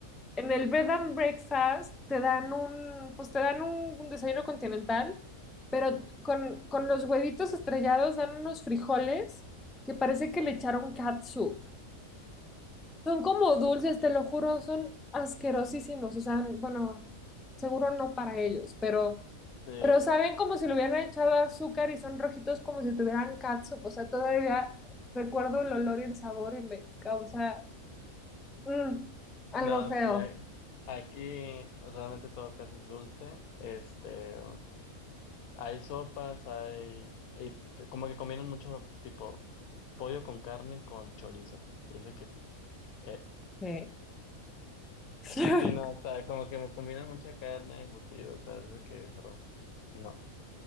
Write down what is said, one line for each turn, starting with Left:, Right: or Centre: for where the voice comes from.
Centre: en el bed and breakfast te dan un, pues te dan un, un desayuno continental, pero con, con los huevitos estrellados dan unos frijoles que parece que le echaron catsup. Son como dulces, te lo juro, son asquerosísimos. O sea, bueno, seguro no para ellos, pero,
Left: Sí,
Centre: pero saben como si le hubieran echado azúcar y son rojitos como si tuvieran catsup. O sea, todavía recuerdo el olor y el sabor y me causa mm, algo
Left: no,
Centre: feo.
Left: sí, a- aquí realmente todo casi es dulce. Este. Hay sopas, hay, y te- como que combinan mucho tipo pollo con carne con chorizo. Y dice que, que,
Centre: Sí. <laughs>
Left: sí, no, o sea, como que me combinan mucha carne embutido, o sea, dice que, bro, no.